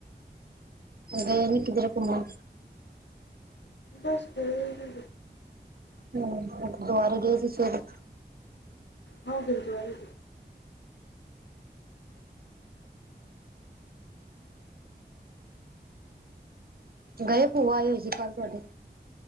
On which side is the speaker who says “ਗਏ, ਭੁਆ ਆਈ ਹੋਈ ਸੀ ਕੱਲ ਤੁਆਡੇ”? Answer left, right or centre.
Right